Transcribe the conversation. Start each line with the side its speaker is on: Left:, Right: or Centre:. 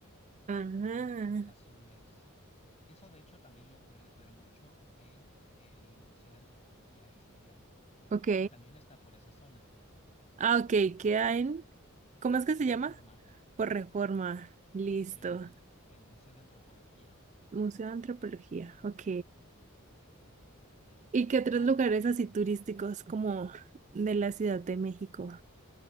Right: Ah,
Left: u- rojos, azules. Eso de hecho también lo puedes ver mucho en el Museo de Antropología e Historia,
Right: ok.
Left: que también está por esa zona,
Right: Ah, ok, queda en... ¿Cómo es que
Left: por
Right: se llama?
Left: Reforma,
Right: Por Reforma. Listo.
Left: el, el Museo de Antropología.
Right: Museo de Antropología. Ok. ¿Y qué otros
Left: Ah,
Right: lugares así turísticos como de la Ciudad de México